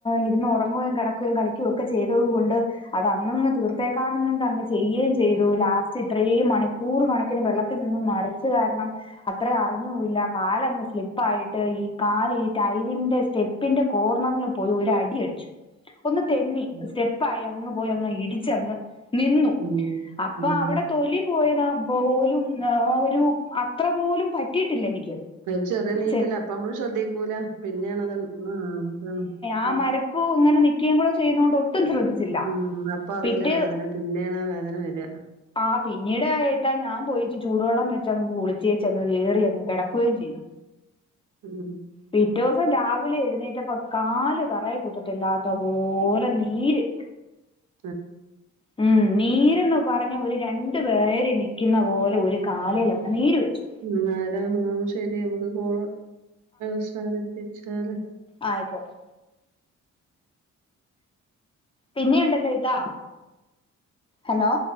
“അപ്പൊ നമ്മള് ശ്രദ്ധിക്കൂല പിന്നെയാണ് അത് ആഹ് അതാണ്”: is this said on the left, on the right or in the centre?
Right